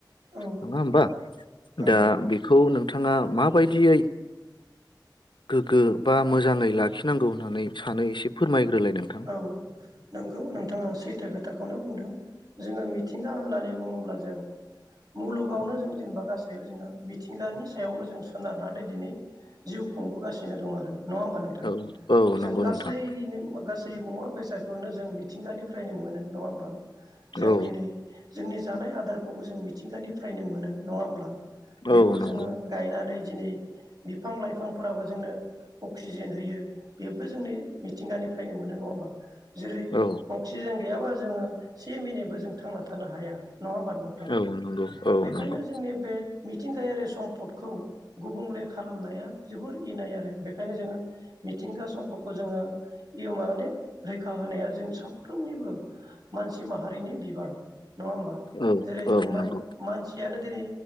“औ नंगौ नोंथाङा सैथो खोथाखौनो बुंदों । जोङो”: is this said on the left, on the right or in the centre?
Right